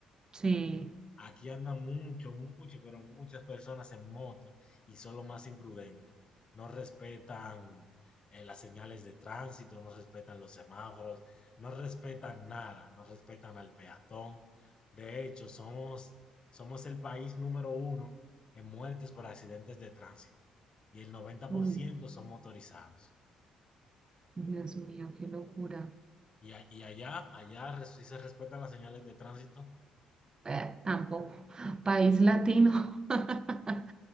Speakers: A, on the right; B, on the left.
A: Sí.
B: Aquí andan mucho, mucho, pero muchas personas en moto y son lo más imprudentes. No respetan eh, las señales de tránsito, no respetan los semáforos, no respetan nada, no respetan al peatón. De hecho, somos, somos el país número uno en muertes por accidentes de tránsito y el noventa
A: Uy,
B: por ciento son motorizados.
A: Dios mío, qué locura.
B: Y, a- y allá, allá res- sí se respetan las señales de tránsito.
A: Eh, tampoco. País latino. <laughs>